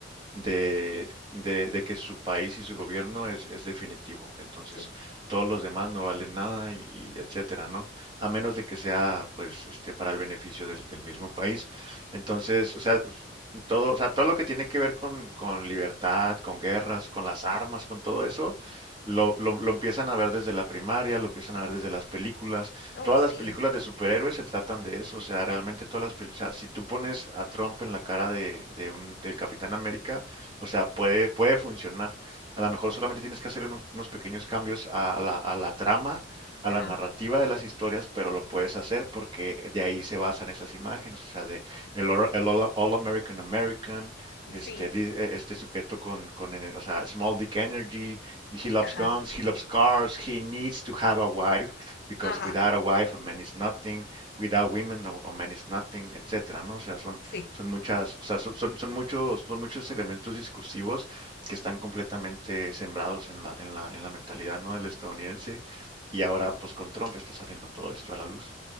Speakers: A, on the right; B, on the left.
A: de, de- de que su país y su gobierno es, es definitivo. Entonces,
B: Sí,
A: todos los demás no valen nada y, y etcétera, ¿no? A menos de que sea, pues, este, para el beneficio del, del mismo país. Entonces, o sea, us- todo, o sea, todo lo que tiene que ver con, con libertad, con guerras, con las armas, con todo eso, lo, lo, lo empiezan a ver desde la primaria, lo empiezan a ver desde las películas
B: oh,
A: Todas
B: sí,
A: las películas de superhéroes se tratan de eso, o sea, realmente todas las películas, o sea, si tú pones a Trump en la cara de, de un, del Capitán América, o sea, puede, puede funcionar. A lo mejor solamente tienes que hacer unos, unos pequeños cambios a a la, a la trama, a
B: ajá,
A: la narrativa de las historias, pero lo puedes hacer porque de ahí se basan esas imágenes, o sea, de el, All- el All, All American American, este,
B: sí,
A: di- eh, este sujeto con, con, ene- o sea, Small Dick Energy, he loves
B: ajá,
A: guns, he loves cars, he needs to have a wife because
B: ajá,
A: without a wife a man is nothing, without women a, man is nothing, etcétera, ¿no? O sea, son,
B: sí.
A: son muchas, o sea, son, son, son muchos, son muchos elementos discursivos que están completamente sembrados en la, en la, en la mentalidad, ¿no? del estadounidense y ahora pues con Trump está saliendo todo esto a la luz.